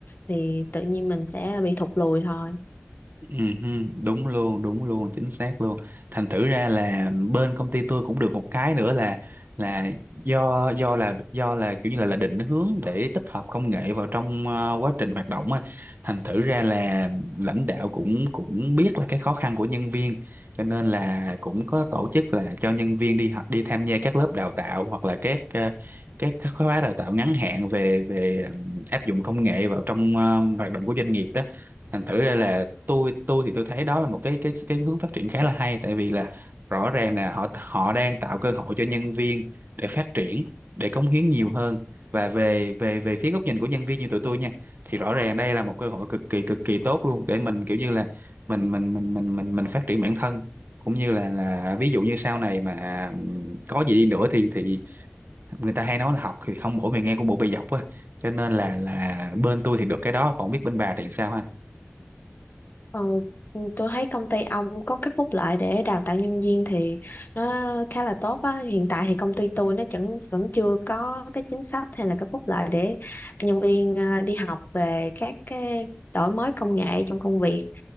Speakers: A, on the left; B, on the right.
A: thì tự nhiên mình sẽ bị thụt lùi thôi
B: Ừ, đúng luôn đúng luôn chính xác luôn thành thử ra là bên công ty tôi cũng được một cái nữa là là do do là do là kiểu như là là định hướng để tích hợp công nghệ vào trong ờ, quá trình hoạt động á thành thử ra là lãnh đạo cũng cũng biết là cái khó khăn của nhân viên cho nên là cũng có tổ chức là cho nhân viên đi học đi tham gia các lớp đào tạo hoặc là các ờ, các các khóa đào tạo ngắn hạn về về ừm, áp dụng công nghệ vào trong ờ, hoạt động của doanh nghiệp đó thành thử ra là tôi tôi thì tôi thấy đó là một cái cái cái hướng phát triển khá là hay tại vì là rõ ràng là họ họ đang tạo cơ hội cho nhân viên để phát triển để cống hiến nhiều hơn và về về về phía góc nhìn của nhân viên như tụi tôi nha thì rõ ràng đây là một cơ hội cực kỳ cực kỳ tốt luôn để mình kiểu như là mình mình mình mình mình mình phát triển bản thân cũng như là là ví dụ như sau này mà ừm, có gì đi nữa thì thì người ta hay nói là học thì không bổ bề ngang cũng bổ bề dọc á cho nên là là bên tôi thì được cái đó còn không biết bên bà thì sao ha
A: Ờ, tôi thấy công ty ông có cái phúc lợi để đào tạo nhân viên thì nó khá là tốt á. Hiện tại thì công ty tôi nó chẳng vẫn chưa có cái chính sách hay là cái phúc lợi để nhân viên à, đi học về các cái đổi mới công nghệ trong công việc.